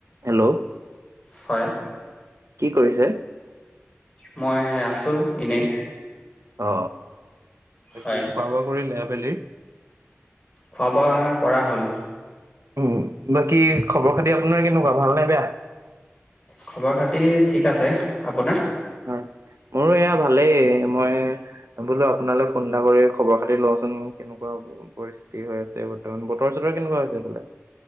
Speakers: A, on the right; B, on the left.
A: Hello.
B: হয়।
A: কি কয় আছে?
B: মই আছো এনেই।
A: অ, বাকী
B: হয়
A: খোৱা বোৱা কৰিলি আবেলিৰ।
B: খোৱা বোৱা কৰা হ'ল।
A: উম বাকী খবৰ খাতি আপোনাৰ কেনেকুৱা ভাল নে বেয়া।
B: খবৰ খাতি ঠিক আছে আপোনাৰ।
A: হয়, মোৰো এয়া ভালেই মই। এ বোলো আপোনালৈ ফোন এটা কৰি খবৰ খাতি লোচোন কেনেকুৱা হ'ল। পৰিস্থিতি হৈ আছে বৰ্তমান বতৰ চতৰ কেনেকুৱা হৈছে ফালে।